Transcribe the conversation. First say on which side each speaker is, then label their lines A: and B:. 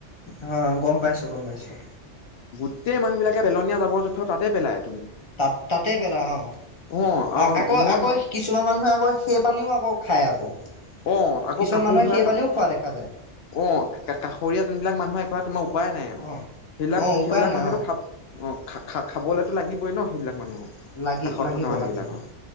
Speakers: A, on the left; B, on the left.
A: অ গম পাইছো গম পাইছো।
B: গোতেই মানুহবিলাকে পেলনীয়া যাবৰ জোখৰ ৰ তাতে পেলায়
A: তাত তাতে পেলা অৱ
B: অ', আৰু
A: আকৌ
B: মই
A: আকৌ
B: ভাব
A: কিছুমান মানুহে আকৌ সেই পানীও আকৌ খাই আকৌ
B: অ আকৌ
A: কিছুমান
B: কাপোৰ
A: মানুহে
B: ধোৱা
A: সেই
B: কাপোৰ,
A: পানীও খোৱা দেখা যায়
B: অৱ কাষৰীয়া যোনবিলাক মানুহৰ একেবাৰে তোমাৰ উপায় নাই আও,
A: অঁ
B: সেইবিলাক
A: অঁ
B: সেইবিলাক
A: উপায় নাই
B: মানুহেতো
A: অঁ
B: খাব অৱ খা খা খাবলৈতো লাগিবই ন সেইবিলাক মানুহৰ
A: লাগি
B: কাষত
A: লাগিব
B: থকা মানুহ
A: লাগিব
B: বিলাকৰ